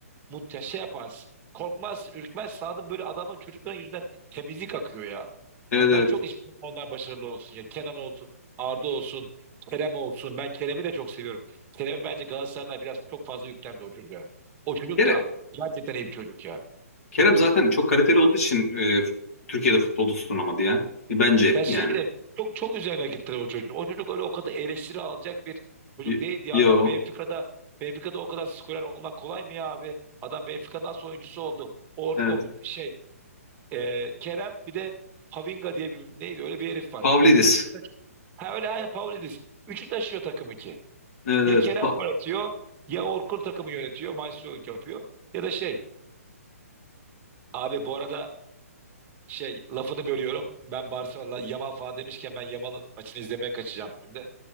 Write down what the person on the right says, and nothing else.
Muhte şey yaparsın. Korkmazsın, ürkmezsin. Anladın mı? Böyle adamın çocukların yüzünden temizlik akıyor ya.
Hani ben çok
istiyorum onlar başarılı olsun ya. Kenan olsun, Arda olsun, Kerem olsun. Ben Kerem'i de çok seviyorum. Kerem'i bence Galatasaraylar biraz çok fazla yüklendi o çocuğa. O çocuk
da gerçekten iyi bir çocuk ya.
Ya şey
bile çok çok üzerine gittiler o çocuğun. O çocuk öyle o kadar eleştiri alacak bir çocuk
değildi ya.
Adam Benfica'da Benfica'da o kadar skorer olmak kolay mı ya abi? Adam Benfica'nın nasıl oyuncusu oldu? Orkun
şey Ee, Kerem bir de Havinga diye bir neydi öyle bir herif var.
Üçü taş- ha öyle aynı Pavlidis. Üçü taşıyor takımı ki.
Ya
Kerem
gol atıyor ya Orkun takımı yönetiyor. Maestro yapıyor. Ya da şey abi bu arada şey lafını bölüyorum. Ben Barcelona Yaman falan demişken ben Yaman'ın maçını izlemeye kaçacağım şimdi.